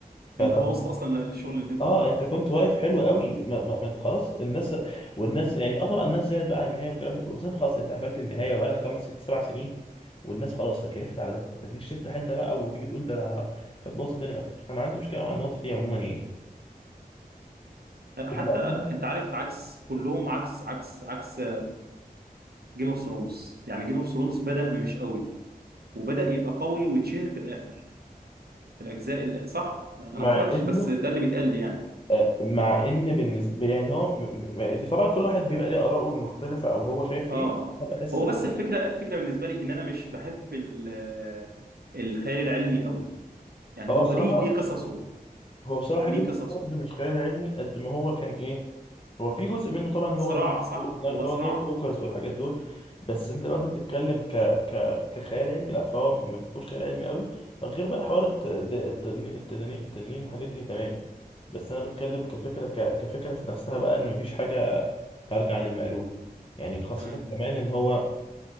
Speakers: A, on the left (about 35°); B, on the right (about 85°).
A: فطب
B: انت بوظت اصلا الشغل اللي انت
A: اه
B: عملته
A: انت كنت واقف حلو قوي ما, ما, ما انت خلاص الناس والناس يعني اه طبعا الناس زعلت بقى على النهايه والكلام ده كله بس انت خلاص انت قفلت النهايه وبقالك خمس ست سبع سنين والناس خلاص تكيفت على ده ما تجيش تفتح انت بقى وتيجي تقول ده انا ه- فتبوظ الدنيا اكتر فانا عندي مشكله مع النقطه دي عموما يعني
B: حتى
A: ومع
B: انت
A: إن-
B: عارف عكس كلهم عكس عكس عكس جيم اوف ثرونز يعني جيم اوف ثرونز بدأ مش قوي وبدأ يبقى قوي ويتشهر في الاخر في الاجزاء اللي صح انا
A: مع
B: ما اتفرجتش
A: انه
B: بس ده اللي بيتقال لي يعني
A: آه، مع ان بالنسبه يعني هو م- م- دي طبعا كل واحد بيبقى ليه اراءه المختلفه او هو شايف
B: اه
A: ايه انا بحس
B: هو
A: ب-
B: بس الفكره الفكره بالنسبه لي ان انا مش بحب ال- الخيال العلمي قوي يعني
A: هو
B: هو
A: بصراحه
B: ليه ليه قصصه
A: هو بصراحة
B: ليه
A: جيم اوف
B: قصصه
A: ثرونز مش خيال علمي قد ما هو كان ايه هو في جزء منه طبعا اللي
B: صراع
A: هو اللي
B: صح هو صراع
A: هو النايت ووكرز والحاجات دول بس انت لو انت بتتكلم ك ك كخيال علمي لا فهو ما فيهوش خيال علمي قوي غير بقى حوار الت- د- التنين التنانين التنانين والحاجات دي تمام بس انا بتكلم كفكرة ك كفكرة في نفسها بقى ان مفيش حاجة خارجة عن المألوف يعني خاصة
B: تمام
A: كمان ان هو